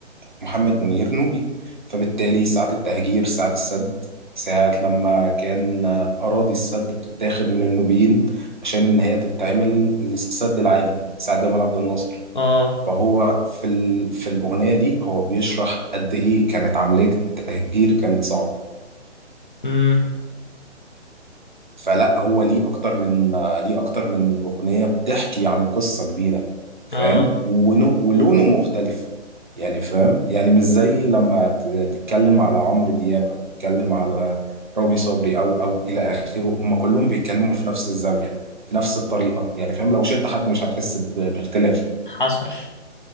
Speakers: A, on the right; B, on the left.
A: محمد منير نوبي فبالتالي ساعة التهجير ساعة السد ساعة لما كان أراضي السد بتتاخد من النوبيين عشان إن هي تتعمل للسد العالي ساعة جمال عبد الناصر
B: اه
A: فهو في ال... في الأغنية دي هو بيشرح قد إيه كانت عملية التهجير كانت صعبة
B: امم
A: فلا هو ليه اكتر من آه، ليه اكتر من اغنيه بتحكي عن قصه كبيره فاهم
B: اه
A: ونو- ولونه مختلف يعني فاهم يعني مش زي لما ت- تتكلم على عمرو دياب او تتكلم على رامي صبري او او الى اخره هم كلهم بيتكلموا في نفس الزاويه في نفس الطريقه يعني فاهم لو شلت حد مش هتحس ب- باختلاف
B: حصل